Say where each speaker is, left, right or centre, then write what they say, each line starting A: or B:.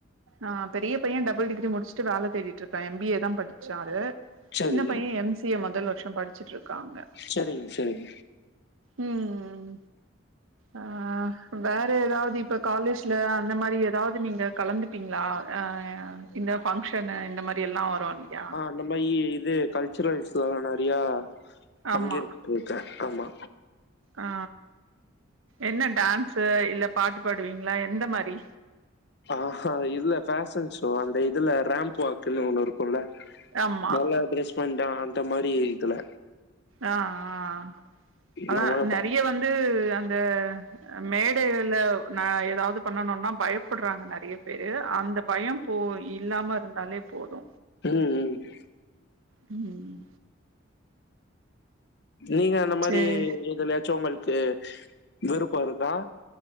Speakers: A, on the right (about 85°); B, on the left (about 55°).
A: ஆ பெரிய பையே டபுள் டிகிரி முடிச்சிட்டு வேல தேடிட்டு இருக்கா எம்பிஏதா படிச்சாரு
B: சரி
A: சின்ன பையே எம்சிஏ முதல் வருஷோ படிச்சிட்டு இருக்காங்க
B: சரிங்க சரிங்க
A: ம் ம் ஆ வேற எதாவது இப் ப காலேஜ்ல அந்த மாரி எதாவது நீங்க கலந்துப்பீங்களா ஆ இந்த ஃபங்க்ஷனு இந்த மாரி எல்லா வரு இல்லையா
B: இந்த மா இ இது கல்ச்சுரல்ஸ்ல்லா நெறையா பங்கேற்க்கே
A: ஆமா
B: ஆமா
A: ஆ என்ன டான்ஸ் இல்ல பாட்டு பாடுவீங்களா எந்த மாரி
B: ஆ ஆஹ் இல்ல பேஷன் ஷோ அந்த இதுல ரேம்ப் வாக்குன்னு ஒன்னு இரு குல்ல
A: ஆமா
B: நல்லா ட்ரெஸ் பண்ணிட்டா அந்த மாரி இதுல
A: ஆ ஆ அதா
B: நம்ம
A: நெறைய
B: பா-
A: வந்து அந்த மேடையிள நா எதாவது பண்ணனுன்னா பயப்படறாங்க நெறைய பேரு அந்த பயம் போ இல்லாம இருந்தாலே போது
B: ம் ம்
A: ம்
B: நீங்க அந்த மாரி
A: சரிப்பா
B: எதலயாச்சு உங்களுக்கு விருப்போ இருக்கா